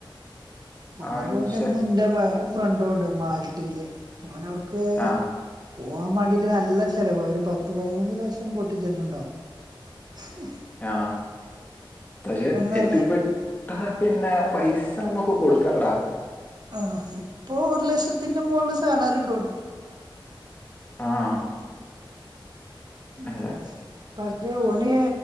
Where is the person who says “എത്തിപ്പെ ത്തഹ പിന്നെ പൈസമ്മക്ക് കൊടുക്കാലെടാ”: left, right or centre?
Left